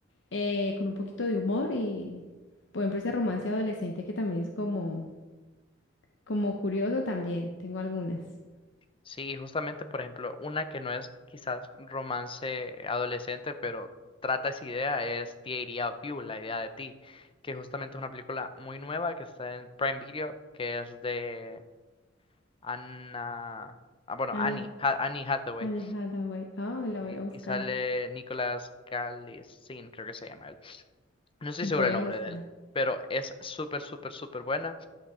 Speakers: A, on the left (about 65°); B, on the left (about 25°).
A: eh, con un poquito de humor y, por ejemplo, ese romance adolescente que también es como, como curioso también, tengo algunas.
B: Sí, justamente, por ejemplo, una que no es quizás romance adolescente, pero trata esa idea, es The Idea of You, la idea de ti, que justamente es una película muy nueva que está en Prime Video, que es de Anna, ah, bueno,
A: Ana,
B: Annie, Ha- Annie Hathaway,
A: Anne Hathaway, ah, la
B: y,
A: voy a buscar,
B: y sale Nicolas Calisin, creo que se llama él. No estoy
A: voy
B: seguro el
A: a
B: nombre
A: buscar.
B: de él, pero es súper, súper, súper buena.